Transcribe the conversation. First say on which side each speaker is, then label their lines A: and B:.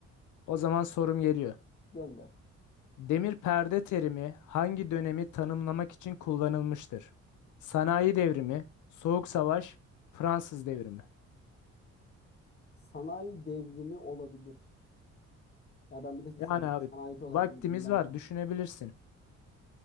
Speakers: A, on the left (about 75°); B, on the left (about 35°).
A: O zaman sorum geliyor.
B: Gönder.
A: Demir perde terimi hangi dönemi tanımlamak için kullanılmıştır? Sanayi devrimi, Soğuk Savaş, Fransız devrimi.
B: Sanayi devrimi olabilir. Yani ben bir de bir
A: Yani
B: sana-
A: abi
B: sanayici olarak
A: vaktimiz
B: bunu bilmem
A: var
B: lazım.
A: düşünebilirsin.